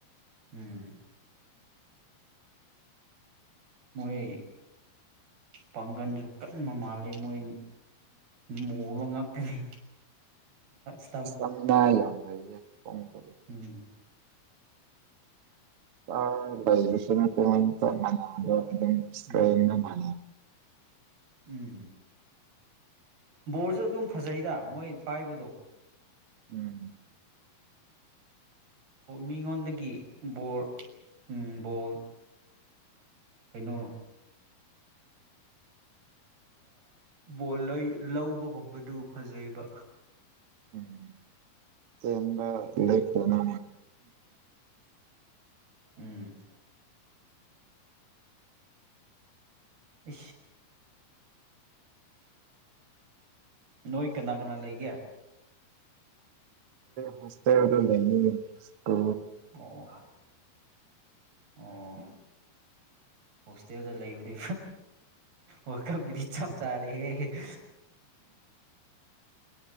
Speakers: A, on the right; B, on the right.
A: ꯎꯝ ꯃꯣꯏ ꯄꯥꯡꯒꯜꯁꯨ ꯀꯟꯕ ꯃꯥꯜꯂꯤ ꯃꯣꯏ ꯃꯨꯕ ꯉꯥꯛꯇꯅꯤ ꯁ
B: ꯁꯅ ꯌꯥꯎꯒ ꯀꯣꯟꯣ
A: ꯎꯝ
B: ꯑ ꯭ꯔꯖꯁꯟ ꯀ ꯑꯗꯨ ꯁꯇ꯭ꯔꯣ
A: ꯎꯝ ꯎꯝ ꯕꯣꯔꯁꯨ ꯑꯗꯨꯝ ꯐꯖꯩꯗ ꯃꯣꯏ ꯄꯥꯏꯕꯗꯣ
B: ꯎꯝ
A: ꯃꯤꯉꯣꯟꯗꯒꯤ ꯕꯣꯔ ꯕꯣꯜ ꯀꯩꯅꯣ ꯕꯣꯜ ꯂꯧꯕꯒꯨꯝꯕꯗꯨ ꯐꯖꯩꯕ
B: ꯎꯝ ꯇꯕ ꯐꯅꯥ
A: ꯎꯝ ꯎꯝ ꯏ ꯅꯣꯏꯣꯏ ꯀꯅꯥ ꯀꯅꯥ ꯂꯩꯒꯦ
B: ꯍꯁꯦ ꯑꯣꯏꯔ ꯂꯩ ꯑ
A: ꯑꯣ ꯑꯣ ꯍꯣꯁꯇꯦꯜꯗ ꯂꯩꯕꯨꯗꯤ ꯋꯥꯀꯕꯨꯗꯤ ꯆꯞ ꯆꯥꯔꯦꯍꯦ <inaudible>